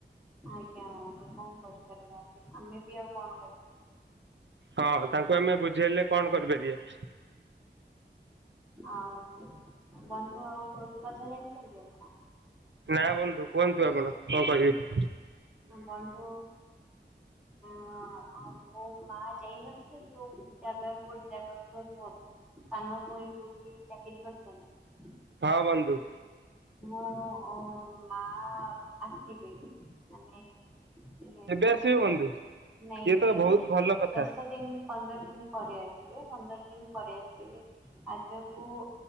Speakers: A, in the centre; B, on the right (about 75°).
A: ଆଜ୍ଞା ହନ୍ତୁ କଣ କରିପାରିବା ଆମେ ବି ଆଉ କଣ କର
B: ହଁ ତାଙ୍କୁ ଆମେ ବୁଝେଇଲେ କଣ କରିପାରିବା?
A: ଆଉ ବନ୍ଧୁ ଆଉ ଗୋଟେ କଥା ଜାଣିଛନ୍ତି ଆପଣ?
B: ନା ବନ୍ଧୁ କୁହନ୍ତୁ ଆପଣ କଣ କହିବେ।
A: ବନ୍ଧୁ ଅଁ ଆଉ ମୋ ମା ଯାଇନଥିଲେ ଯୋଉ ଜାଗାକୁ ଗୋଟେ ଜାଗାକୁ ସ୍ଥାନ ପୁଣି ଯୋଉଠି ଚାକିରି କରିଛନ୍ତି।
B: ହଁ ବନ୍ଧୁ।
A: ମୋ ଅ ମା ଆସିବେ ମାନେ ନେ
B: କେବେ ଆସିବେ ବନ୍ଧୁ?
A: ନାଇଁ
B: ତ
A: ଇଏ
B: ବହୁତ ଭଲ କଥା
A: ଦଶ ଦିନ୍ ପନ୍ଦର ଦିନ୍ ପରେ ଆସିବେ ପନ୍ଦର ଦିନ୍ ପରେ ଆସିବେ। ଆଜକୁ